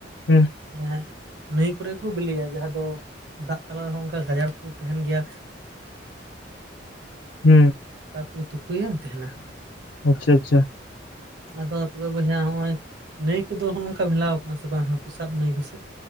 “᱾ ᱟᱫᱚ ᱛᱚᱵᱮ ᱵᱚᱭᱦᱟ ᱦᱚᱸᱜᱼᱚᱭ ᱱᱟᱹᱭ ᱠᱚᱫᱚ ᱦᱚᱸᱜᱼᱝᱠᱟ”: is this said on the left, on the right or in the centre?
Right